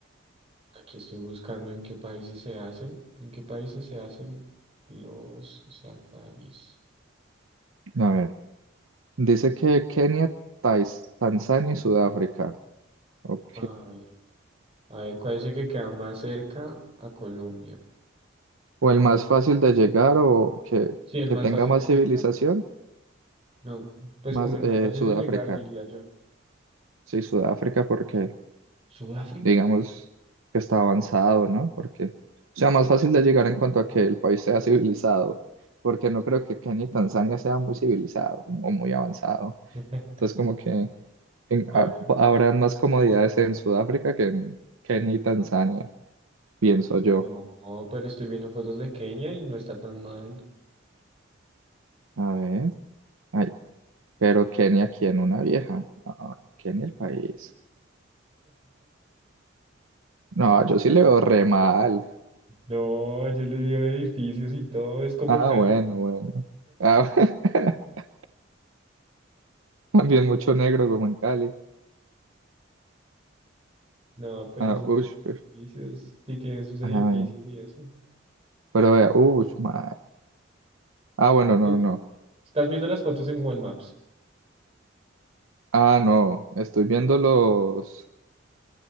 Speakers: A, on the right (about 30°); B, on the right (about 80°).
A: Aquí estoy buscando en qué países se hacen. ¿En qué países se hacen los safaris?
B: a ver. Dice que Kenia, Tais- Tanzania y Sudáfrica. Ok.
A: A ver, a ver, ¿cuál es el que queda más cerca a Colombia?
B: O el más fácil de llegar o que,
A: Sí, el
B: que
A: más
B: tenga
A: fácil
B: más
A: de llegar.
B: civilización,
A: No, pues
B: más
A: como el
B: eh,
A: más fácil
B: Sudáfrica.
A: de llegar, diría yo.
B: Sí, Sudáfrica porque
A: ¿Sudáfrica?
B: digamos que está avanzado, ¿no? Porque, o sea, más fácil de llegar en cuanto a que el país sea civilizado, porque no creo que Kenia y Tanzania sea muy civilizado o muy avanzado.
A: <laughs>
B: Entonces, como que... en-
A: A
B: ha-
A: ver,
B: habrán más comodidades en Sudáfrica que en Kenia y Tanzania, pienso yo.
A: no, pero estoy viendo fotos de Kenia y no está tan mal.
B: A ver, ay, pero Kenia, ¿quién? Una vieja. No, Kenia el país. No, yo sí le veo re mal.
A: No, yo le veo edificios y todo, es como
B: Ah,
A: Cali.
B: bueno, bueno. Ah, <laughs> también mucho negro como en Cali.
A: No, pero
B: Ah,
A: sí
B: ush,
A: tiene
B: pe-
A: edificios, sí tiene sus edificios
B: ay,
A: y eso.
B: pero vea, ush, ma- Ah, bueno, no,
A: Sí,
B: no, no.
A: Estás viendo las fotos en Google Maps.
B: Ah, no, estoy viendo los,